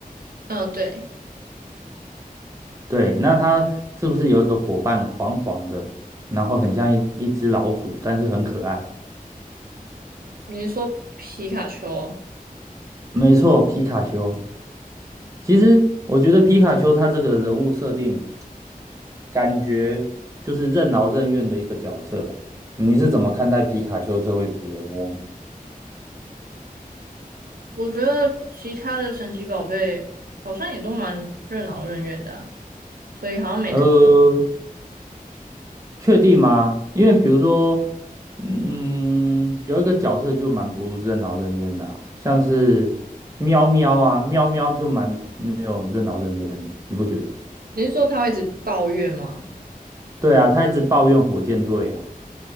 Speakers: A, on the right; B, on the right.
A: <laughs> 嗯，对，
B: 对，那他是不是有一个伙伴黄黄的，然后很像一一只老鼠，但是很可爱？
A: 你是说皮卡丘哦
B: 没错，皮卡丘。其实我觉得皮卡丘它这个人物设定，感觉就是任劳任怨的一个角色了。你是怎么看待皮卡丘这位主人翁？
A: 我觉得其他的神奇宝贝好像也都蛮任劳任怨的啊所以好像没特。
B: 呃，确定吗？因为比如说，嗯，有一个角色就蛮不任劳任怨的啊像是喵喵啊，喵喵就蛮没有任劳任怨的，你不觉得吗？
A: 你是说他会一直抱怨吗？
B: 对啊，他一直抱怨火箭队啊，